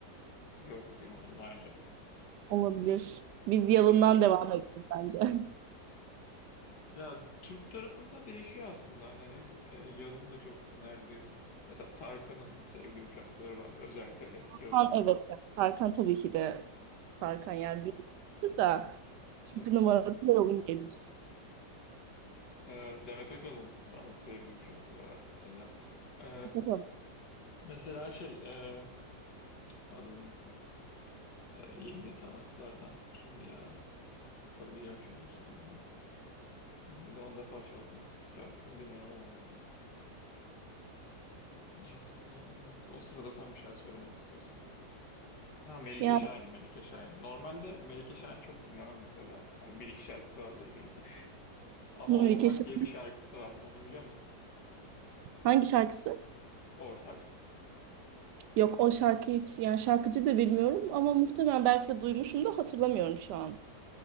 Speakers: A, on the left (about 75°); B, on the right (about 80°).
A: Yok duymadım daha önce.
B: Olabilir. Biz yalından
A: <laughs>
B: devam edelim bence. <laughs>
A: Ya Türk tarafında değişiyor aslında hani ne e, Yalın'ın da çok dinlerdiğim mesela Tarkan'ın sevdiğim şarkıları var özellikle eski olanlar
B: Tarkan evet. evet. Tarkan tabii ki de Tarkan yani bir da
A: E, kesinlikle
B: ikinci numarası Yalın gelir.
A: E, Demet Akalın bazı sevdiğim şarkıları var mesela E,
B: Bakalım.
A: mesela şey e, adını unuttum E, yeni sanatçılardan kimdi ya söyleyeceğim şimdi bir saniye günde 10 defa şarkının şarkısını dinliyorum ama unuttum Just a minute. O sırada sen bir şeyler söylemek istiyorsan Ha Melike
B: Yani
A: Şahin, Melike Şahin. Normalde Melike Şahin çok dinlemem mesela. Yani bir iki şarkısı vardır bildiğim. Ama
B: Nuri
A: Ortak
B: Şahin.
A: diye bir şarkısı var. Onu biliyor musun?
B: Hangi şarkısı?
A: Ortak.
B: Yok o şarkı hiç yani şarkıcı da bilmiyorum ama muhtemelen belki de duymuşum da hatırlamıyorum şu an.